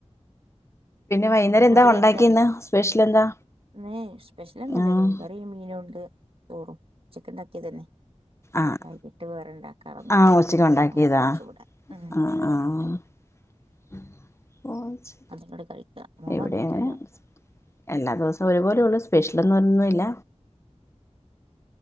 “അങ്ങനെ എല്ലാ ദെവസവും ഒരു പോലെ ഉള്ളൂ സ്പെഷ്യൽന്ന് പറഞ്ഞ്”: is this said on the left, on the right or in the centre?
Left